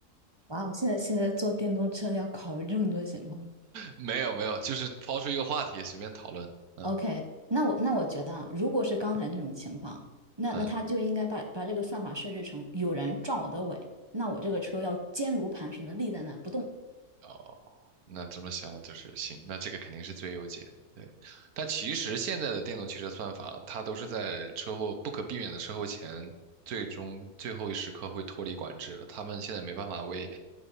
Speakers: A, on the right; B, on the right.
A: 哇哦，现在现在坐电动车要考虑这么多情况。
B: 没有没有，就是抛出一个话题，随便讨论。嗯
A: OK，那我那我觉得啊，如果是刚才那种情况，那那他就应该把把这个算法设置成有人撞我的尾，
B: 嗯，
A: 那我这个车要坚如磐石的立在那不动。
B: 哦，那这么想就是行，那这个肯定是最优解。对，但其实现在的电动汽车算法，它都是在车祸不可避免的车祸前，最终最后一时刻会脱离管制的。他们现在没办法为